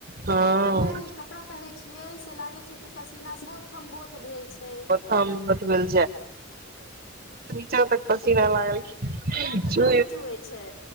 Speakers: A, on the right; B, on the left.
A: हँ
B: आ नहि कपड़ा प छियै लागै छै कि पसीना बो बो भेल छै
A: हम बतबल चल तक पसीना लागलै
B: टप
A: चु
B: टप चुए छै